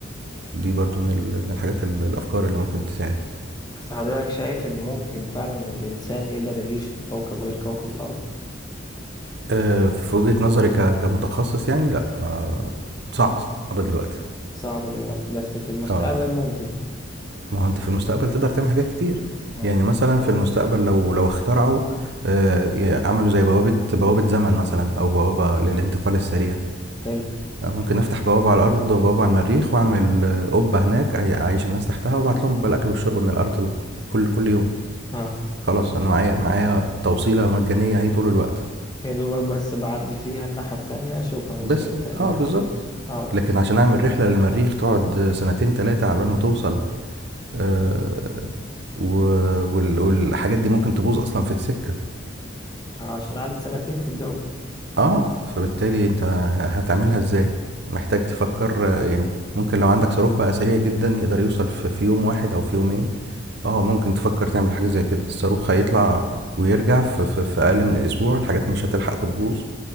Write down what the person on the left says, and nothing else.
بس حضرتك شايف ان ممكن فعلا الانسان يقدر يعيش في كوكب غير كوكب الارض
صعب دلوقتي بس في المستقبل
ممكن
امم
حلو
اه
يا دوبك بس بعدي فيها الناحية التانية شكرا وصلت
الناحية
التانية شكرا. اه
عشان قعدت سنتين في الجو